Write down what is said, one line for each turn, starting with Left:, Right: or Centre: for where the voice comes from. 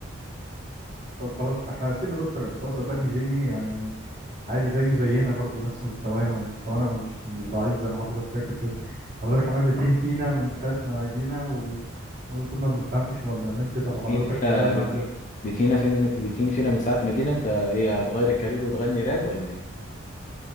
Right: طب خلاص إحنا آسفين يا دكتور بس هو صدقني جيمي يعني عادي زيه زينا برضو نفس مستوانا ومستوانا مش مش ضعيف زي ما حضرتك فاكر كده حضرتك عمال بتهين فينا من ساعة ما جينا و عمال تقول ما بنفهمش وما بنعملش طب
Left: بتهين
Right: حضرتك
Left: فينا
Right: طب قاعد
Left: بتهين
Right: معانا ليه؟
Left: بتهينا فين بتهين فينا من ساعة ما جينا انت ايه هتغير الكارير وتغني راب ولا ايه؟